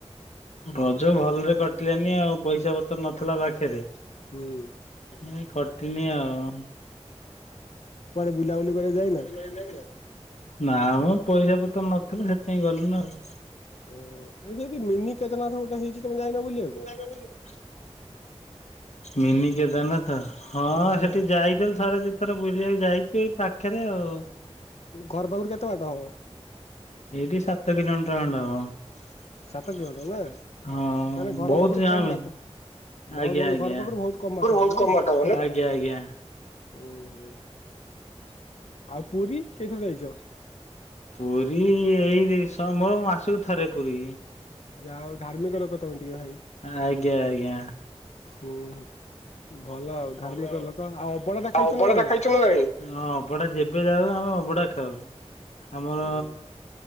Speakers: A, on the left (about 90°); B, on the left (about 70°).
A: ଭଜ ଭଲରେ କଟିଲାନି ଆଉ ପଇସା ପତ୍ର ନଥିଲା ପାଖରେ।
B: ହୁଁ
A: ଏ କଟିିନି ଆଉ।
B: କୁଆଡେ ବୁଲାବୁଲି କରିବାକୂ ଯାଇନ?
A: <unintelligible> ନା ମ ପଇସା ପତ୍ର ନଥିଲା ସେଥିପାଇଁ ଗଲୁ ନା ଆଉ।
B: ଓ ସେଇଠି ମିନି କେଦାରନାଥ ଗୋଟେ ହେଇଛି ତମେ ଯାଇନ ବୁଲିବାକୁ।
A: <unintelligible> ମିନି କେଦାରନାଥ ହଁ
B: ହଁ
A: ସେଠି ଯାଇଥିଲି ଥରେ ଥର ବୁଲିବାକୁ ଯାଇଛି ଏଇ ପାଖରେ ଆଉ।
B: ଘର ପାଖରୁ କେତେ ବାଟ ହବ?
A: ଏଇଢ଼ି ସାତ କିଲୋମିଟର ଖଣ୍ଡେ ହବ।
B: ସାତ କିଲୋମିଟର ନା
A: ହଁ
B: ମାନେ ଘର
A: ବହୁତ
B: ପାଖରୁ
A: ଜାମେ
B: କମ ବାଟ
A: ଆଜ୍ଞା-
B: ଭ ବହୁ
A: ଆଜ୍ଞା।
B: ଘର
A: <unintelligible>
B: ପାଖରୁ ବହୁତ କମ ବାଟ ହବ
A: ଆଜ୍ଞା
B: ନାଇଁ
A: ଆଜ୍ଞା।
B: ହୁଁ, ହୁଁ ଆଉ ପୁରୀ କେଥର ଯାଇଛ?
A: ପୁରୀ ଏଇ ସମ ମୋ ମାସକୁ ଥରେ ପୁରୀ।
B: ଯାହୋଉ ଧାର୍ମିକ ଲୋକ ତମେ ଟିକେ ଭାଇ।
A: ଆଜ୍ଞା ଆଜ୍ଞା।
B: ହୁଁ ହୁଁ ଭଲ ଆଉ। ଧାର୍ମିକ
A: ଆଉ
B: ଲୋକ ଅବଢା ଟା ଖାଇଛ
A: ଅବଢାଟା
B: ନା ନାଇଁ?
A: ଖାଇଚନ୍ତି ନା ନାଇଁ? ହଁ ଅଭଡ଼ା ଯେବେ ଯାଉ ଆମେ ଅଭଡ଼ା ଖାଉ। ଆମର
B: ଉଁ